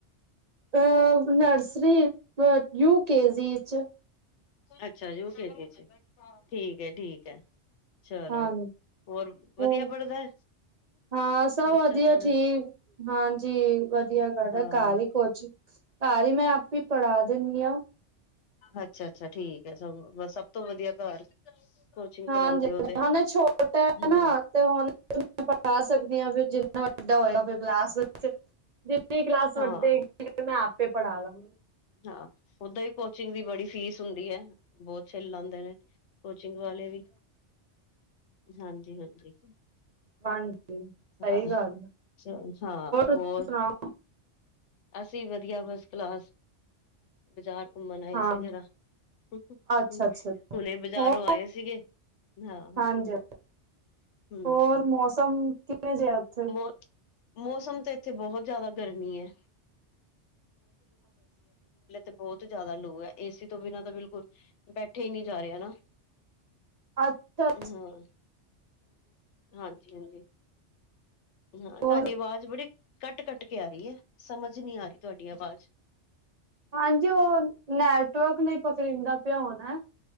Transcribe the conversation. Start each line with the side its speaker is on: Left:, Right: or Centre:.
Right: ਅ ਨਰਸਰੀ ਅ ਯੂ ਕੇਜੀ ਚ
Left: ਅੱਛਾ ਯੂਕੇਜੀ ਚ ਠੀਕ ਹੈ ਠੀਕ ਹੈ ਚਲੋ
Right: ਹਾਂ
Left: ਹੋਰ ਵਧੀਆ
Right: ਹੂੰ,
Left: ਪੜ੍ਹਦਾ
Right: ਹਾਂ ਸਭ
Left: ਬੱਚਾ
Right: ਵਧੀਆ
Left: ਤੁਹਾਡਾ
Right: ਠੀਕ ਹਾਂਜੀ ਵਧੀਆ ਕਰ
Left: ਹਾਂ
Right: ਰਿ ਘਰ ਹੀ ਕੋਚ ਘਰ ਹੀ ਮੈਂ ਆਪ ਹੀ ਪੜ੍ਹਾ ਦਿੰਨੀ ਆ
Left: ਅੱਛਾ-ਅੱਛਾ ਠੀਕ ਹੈ ਸਗੋਂ ਸਭ ਤੋਂ ਵਧੀਆ ਘਰ ਕੋਚਿੰਗ
Right: ਹਾਂਜੀ
Left: ਕਰਾਂਦੇ ਓ
Right: ਹ
Left: ਤੇ
Right: ਹੁਣ ਛੋਟਾ
Left: ਹਾਂ,
Right: ਨਾ ਤੇ ਹੁਣ ਪੜ੍ਹਾ ਸਕਦੀ ਹਾਂ ਫ ਜਿ ਵੱਡਾ ਹੋਇਆ ਫਿਰ ਕਲਾਸ ਵਿੱਚ ਜਿੰਨੀ ਕਲਾਸ
Left: ਹਾਂ,
Right: ਵੱਡੇਗੀ ਮੈਂ ਆਪੇ ਪੜ੍ਹਾ ਲਵਾ
Left: ਹਾਂ ਓਦਾਂ ਵੀ ਕੋਚਿੰਗ ਦੀ ਬੜੀ ਫੀਸ ਹੁੰਦੀ ਹੈ, ਬਹੁਤ ਛਿਲ ਲਾਉਂਦੇ ਨੇ ਕੋਚਿੰਗ ਵਾਲੇ ਵੀ, ਹਾਂਜੀ -ਹਾਂਜੀ।
Right: ਹਾਂਜੀ ਸਹੀ
Left: ਹਾਂ,
Right: ਗੱਲ
Left: ਚ ਹਾਂ ਹੋਰ,
Right: ਤੁਸੀਂ ਸੁਣਾਓ
Left: ਅਸੀਂ ਵਧੀਆ ਬਸ ਕਲਾਸ ਬਾਜ਼ਾਰ ਘੁੰਮਣ ਆਏ
Right: ਹਾਂ
Left: ਸੀ ਜਰਾ ਹੁਣੇ
Right: ਅੱਛਾ ਅੱਛਾ ਅੱਛਾ
Left: ਬਜ਼ਾਰੋਂ
Right: ਹੋਰ
Left: ਆਏ ਸੀਗੇ, ਹਾਂ-ਹਾਂ।
Right: ਹਾਂਜੀ
Left: ਹੂੰ
Right: ਹੋਰ ਮੌਸਮ ਕਿਵੇਂ ਜਿਹੇਹਾ ਉੱਥੇ
Left: ਮੌ ਮੌਸਮ ਤੇ ਇੱਥੇ ਬਹੁਤ ਜਿਆਦਾ ਤੇ ਬਹੁਤ ਜ਼ਿਆਦਾ ਲੋਕ ਹੈ ਏਸੀ ਤੋਂ ਬਿਨਾਂ ਤਾਂ ਬਿਲਕੁਲ ਬੈਠੇ ਹੀ ਨਹੀਂ ਜਾ ਰਹੇ ਨਾ।
Right: ਅੱਛਾ-ਅੱਛਾ
Left: ਹਾਂ, ਹਾਂਜੀ-ਹਾਂਜੀ। ਹਾਂ ਤੁਹਾਡੀ
Right: ਹੋਰ
Left: ਆਵਾਜ਼ ਬੜੀ ਕੱਟ ਕੱਟ ਕੇ ਆ ਰਹੀ ਹੈ, ਸਮਝ ਨਹੀਂ ਆ ਰਹੀ ਤੁਹਾਡੀ ਆਵਾਜ਼।
Right: ਹਾਂਜੀ ਉਹ ਨੈਟਵਰਕ ਨਹੀਂ ਪਕੜਦਾ ਪਿਆ ਹੋਣੈ।